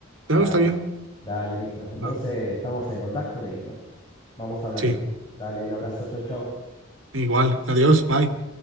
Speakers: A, on the right (about 75°); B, on the left (about 20°).
A: Claro,
B: Dale,
A: está bien.
B: dale, listo. Entonces,
A: Ah,
B: estamos en contacto y bueno, vamos hablando.
A: sí.
B: Dale, un abrazo, chau, chau.
A: Igual. Adiós. Bye.